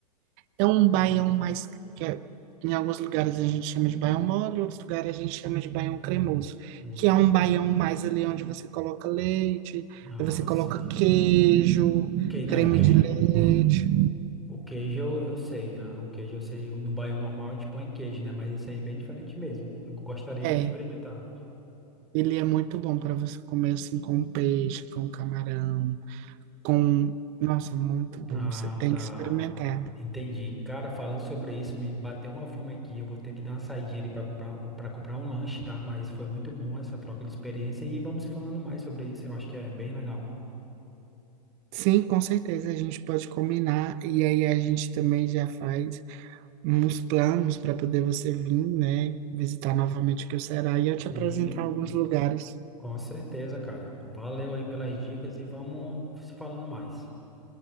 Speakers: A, on the right (about 30°); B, in the centre.
A: É um baião mais que é- em alguns lugares a gente chama de baião mole, em outros lugares a gente chama de baião cremoso,
B: Hum,
A: que é um baião mais ali onde você coloca leite,
B: ah,
A: aí você coloca
B: sim.
A: queijo,
B: Que, não,
A: creme
B: o queijo.
A: de leite.
B: O queijo eu, eu sei, aham, o queijo eu sei. No baião normal a gente põe queijo, né? Mas isso aí é bem diferente mesmo. Eu gostaria
A: É.
B: de experimentar.
A: Ele é muito bom para você comer assim com peixe, com camarão, com... Nossa, muito bom.
B: Ah,
A: Você tem
B: tá.
A: que experimentar.
B: Entendi. Cara, falando sobre isso, me bateu uma fome aqui. Eu vou ter que dar uma saidinha ali para comprar, para comprar um lanche, tá? Mas foi muito bom essa troca de experiência e vamos falando mais sobre isso. Eu acho que é bem legal.
A: Sim, com certeza a gente pode combinar e aí a gente também já faz uns planos para poder você vir, né, visitar novamente o que o Ceará e eu te
B: Sim,
A: apresentar alguns lugares.
B: com certeza, cara. Valeu aí pelas dicas e vamos se falando mais.